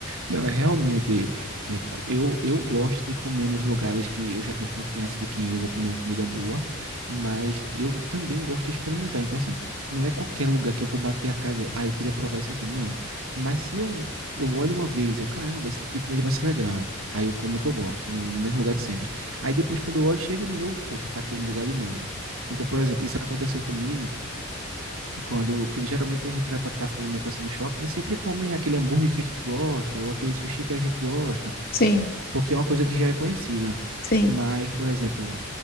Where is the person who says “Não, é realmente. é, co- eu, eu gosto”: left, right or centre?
Right